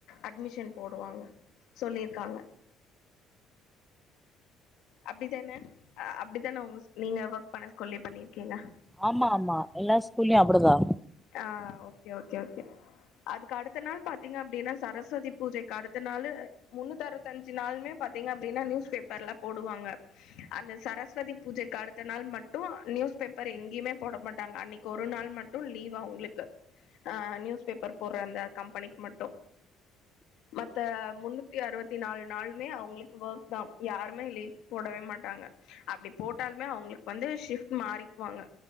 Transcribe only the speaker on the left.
அட்மிஷன் போடுவாங்க சொல்லியிருக்காங்க அப்டிதான அப்டிதான உங்க நீங்க ஒர்க் பண்ண ஸ்கூல்லயு பண்ணிருக்கீங்க
ஆ ஓகே ஓகே ஓகே அதுக்கு அடுத்த நாள் பாத்தீங்க அப்டினா சரஸ்வதி பூஜைக்கு அடுத்த நாளு முன்னூத்து அறுவத்தஞ்சு நாள்மே பாத்தீங்க அப்டினா நியூஸ் பேப்பர்ல போடுவாங்க அந்த சரஸ்வதி பூஜைக்கு அடுத்த நாள் மட்டு நியூஸ் பேப்பர் எங்யுமே போட மாட்டாங்க அன்னைக்கு ஒரு நாள் மட்டு லீவு அவுங்களுக்கு ஆ நியூஸ் பேப்பர் போடுற அந்த கம்பெனிக்கு மட்டு மத்த முன்னூத்தி அறுவத்தி நாள் நாள்மே அவுங்களுக்கு ஒர்க்தா யாரு மே லீவ் போடவே மாட்டாங்க அப்டி போட்டாலுமே அவுங்களுக்கு வந்து ஷிஃப்ட் மாறிக்குவாங்க